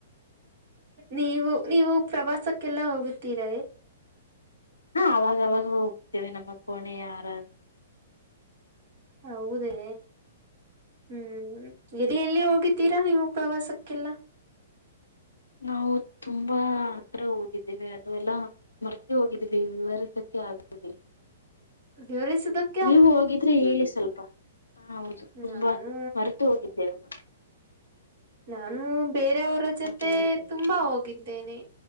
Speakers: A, on the right (about 45°); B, on the left (about 75°).
A: ನೀವು ನೀವು ಪ್ರವಾಸಕ್ಕೆಲ್ಲ ಹೋಗುತ್ತೀರ
B: ಹ ಅವಾಗವಾಗ ಹೋಗ್ತೇವೆ ನಮ್ಮ ಕೋಣೆ ಯಾರಂತ
A: ಹೌದೇ ಹ್ಮ್ ಎದ ಎಲ್ಲಿ ಹೋಗಿತೀರಾ ನೀವು ಪ್ರವಾಸಕ್ಕೆಲ್ಲ
B: ನಾವು ತುಂಬಾ ಹತ್ರ ಹೋಗಿದ್ದವಿ ಅದು ಎಲ್ಲ ಮರ್ತ ಹೋಗಿದ್ ವಿವರಿಸಕ್ಕೆ ಆಗುದಿಲ್ಲ
A: ವಿವರಿಸಿದಕ್ಕೆ
B: ನೀವು ಹೋಗಿದ್ರೆ ಹೇಳಿ ಸ್ವಲ್ಪ ಹಾ ಹೌದು ತುಂಬಾ
A: ನಾನು
B: ಹೊರೆತು ಹೋಗಿದ್ದೇವೆಾನು
A: ನಾನು ಬೇರೆಯವರ ಜೊತೆ
B: ಕೇಳ್ತೇವೆ
A: ತುಂಬಾ ಹೋಗಿದ್ದೇನೆ